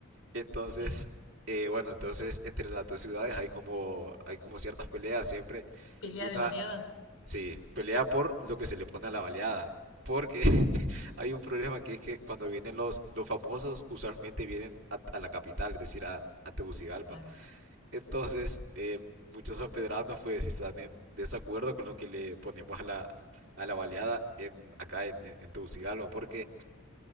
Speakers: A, on the right (about 60°); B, on the left (about 75°).
A: Entonces,
B: sí.
A: eh, bueno, entonces entre las dos ciudades hay como, hay como ciertas peleas siempre.
B: Pelea
A: Y una,
B: de baleadas,
A: sí, pelea por lo que se le pone a la baleada. Porque <laughs> hay un problema que es que cuando vienen los, los famosos, usualmente vienen a, a la capital, es decir, a, a Tegucigalpa.
B: claro.
A: Entonces, eh, muchos sanpedranos pues están en desacuerdo con lo que le ponemos a la, a la baleada en, acá en, en, en Tegucigalpa. Porque,